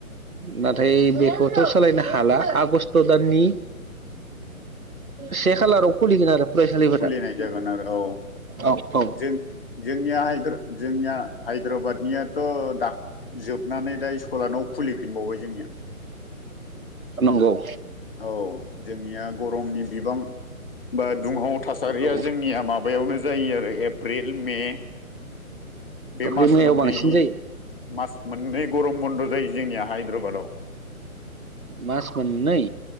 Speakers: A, on the right; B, on the left.
A: नाथाय बेखौथ' सालायनो हाला आगस्ट दाननि से खालाराव खुलिगोन आरो फरायसालिफोरा
B: खुलिनाय जागोन आरो औ
A: औ औ
B: जों जोंनिया हाद्र जोंनिया हायद्राबादनियाथ' दा जोबनानै दा स्कुला न' खुलिफिनबावबाय जोंनिया।
A: नंगौ
B: औ जोंनिया गरमनि बिबां बा दुंहाव थासारिया
A: औ
B: जोंनिया माबायावनो जायो आरो एप्रिल मे बे
A: एप्रिल
B: मास
A: मेयाव
B: मोननै
A: बांसिन जायो
B: मास मोननै गरम बन्द' जायो जोंनिया हायद्राबादाव।
A: मास मोननै?